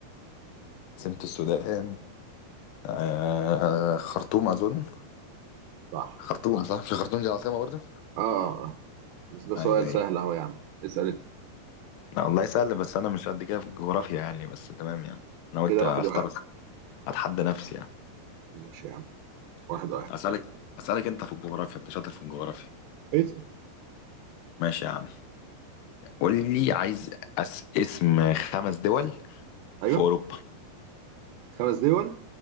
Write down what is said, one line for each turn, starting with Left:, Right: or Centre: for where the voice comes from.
Left: سمت السودان آه خرطوم أظن
Right: صح
Left: خرطوم صح مش خرطوم دي العاصمة برضه
Right: آه آه آه. بس ده سؤال
Left: ايوه ايوه
Right: سهل أهو يا عم اسأل أنت
Left: لا، والله سهل بس انا مش قد كده في الجغرافيا يعني بس تمام يعني انا قلت
Right: كده
Left: اختار
Right: واحد واحد
Left: اتحدى نفسي يعني
Right: ماشي يا عم واحد واحد
Left: اسالك اسالك انت في الجغرافيا انت شاطر في الجغرافيا
Right: اسأل
Left: ماشي يا عم قول لي عايز أس... اسم خمس دول في
Right: أيوه
Left: اوروبا
Right: خمس دول